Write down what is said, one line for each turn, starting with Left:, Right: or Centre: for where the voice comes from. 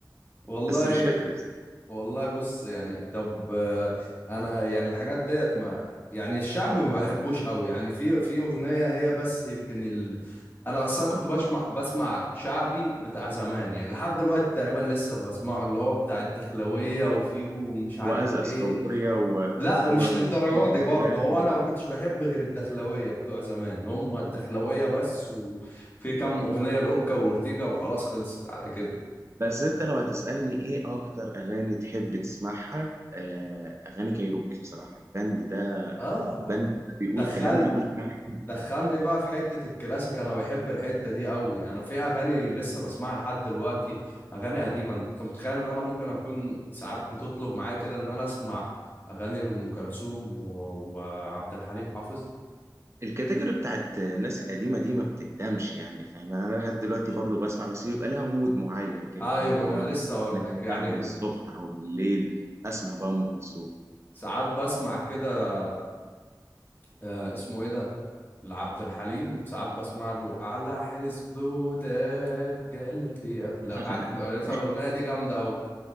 Left: والله
Right: بس مش فاكر
Left: والله بص يعني طب آه، انا يعني الحاجات ديت ما يعني الشعب ما بحبوش قوي يعني في في اغنيه هي بس يمكن ال... انا اصلا كنت بسمع بسمع شعبي بتاع زمان يعني لحد دلوقتي تقريبا لسه بسمعه اللي هو بتاع الدخلويه وفيه ومش عارف
Right: وازقز
Left: ايه
Right: كابوريا و...
Left: لا
Right: و...
Left: مش للدرجه
Right: ودخلاوي
Left: دي برضه هو انا ما كنتش بحب غير الدخلويه بتوع زمان هم الدخلويه بس وفي كام اغنيه لاوكا واورتيجا وخلاص خلصت على كده
Right: بس انت لو هتسألني ايه اكتر اغاني تحب تسمعها آه، اغاني كايروكي بصراحة البند ده
Left: اه
Right: بند ده بيقول
Left: دخل
Right: كلام بيقول كلام حلو.
Left: دخلني بقى في حته الكلاسيك انا بحب الحته دي قوي انا في اغاني لسه بسمعها لحد دلوقتي اغاني قديمه انت متخيل ان انا ممكن اكون ساعات بتطلب معايا كده ان انا اسمع اغاني لام كلثوم و- وعبد الحليم حافظ
Right: الكاتيجوري بتاعت الناس القديمة دي ما بتقدمش يعني فاهم يعني انا لحد دلوقتي برضو بسمع بس بيبقى لها مود معين كده
Left: ايوه
Right: فاهم اللي
Left: ما انا
Right: هو انا
Left: لسه اقول لك يعني
Right: قهوة الصبح او بالليل اسمع بقى ام كلثوم
Left: ساعات بسمع كده آه اسمه ايه ده لعبد الحليم ساعات بسمع له على حسبودات قلبي لا
Right: <laughs>
Left: ع- لو عارفها الاغنيه دي جامده قوي